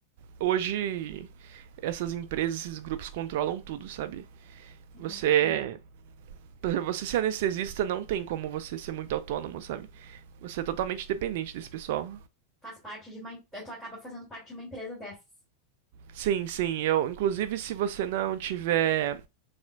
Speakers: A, on the right (about 50°); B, in the centre.
A: Hoje essas empresas, esses grupos controlam tudo, sabe?
B: Imagina.
A: Você é. Por exemplo, você ser anestesista não tem como você ser muito autônomo, sabe? Você é totalmente dependente desse pessoal.
B: Faz parte de uma. Tu acaba fazendo parte de uma empresa dessas.
A: Sim, sim. Eu, inclusive, se você não tiver